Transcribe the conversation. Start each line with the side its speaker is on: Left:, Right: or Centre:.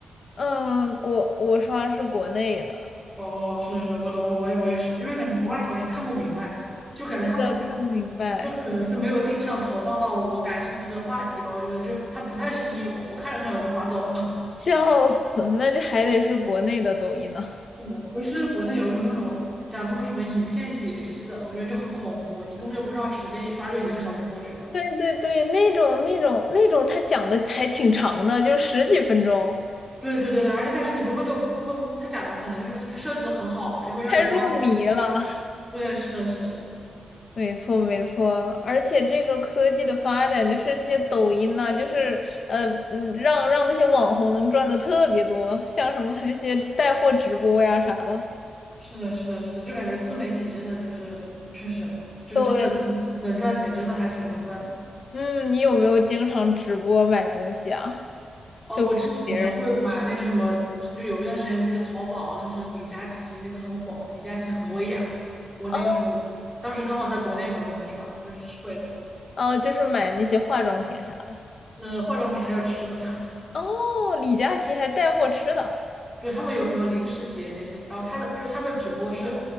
Left: 嗯，国我刷是国内的，
Centre: 哦，是的是我懂，我也我也是，因为感觉国外抖音看不明白，就感觉他们
Left: 呃看不明白，
Centre: 就可能是没有定向投放到我感兴趣的话题吧，我觉得就它不太吸引我，我看着看着我就划走了。
Left: 笑死，那就还得是国内的抖音呢。
Centre: 是的，不是国内有一种那种讲那种什么影片解析的，我觉得就很恐怖，你根本就不知道时间，一刷就一个小时过去了。
Left: 对对对，那种那种那种，他讲的还挺长的，就十几分钟，
Centre: 对对对对，而且但是你根本就会不，他讲的可能就是他设计的很好吧，就会让你忘记。
Left: 太入迷了。<laughs>
Centre: 对，是的，是的，
Left: 没错没错，而且这个科技的发展，就是这些抖音呐、就是呃嗯，让让那些网红能赚的特别多，像什么这些带货直播呀啥的。
Centre: 是的，是的，是的，就感觉自媒体真的就是，嗯，确实就是真的
Left: 对，
Centre: 能赚钱，真的还挺能赚的。
Left: 嗯，你有没有经常直播买东西啊？
Centre: 哦，
Left: 就看别人
Centre: 我之前会买那个什么，就有一段时间那个淘宝，当时李佳琦那个很火，李佳琦和薇娅，我那个时候当时刚好在国内嘛，
Left: 哦
Centre: 我就会刷，就是会的。
Left: 哦，就是买那些化妆品啥的。
Centre: 那化妆品还有吃的，
Left: 哦，李佳琦还带货吃的。
Centre: <laughs> 对他们有什么零食节那些，然后他的就他的直播是，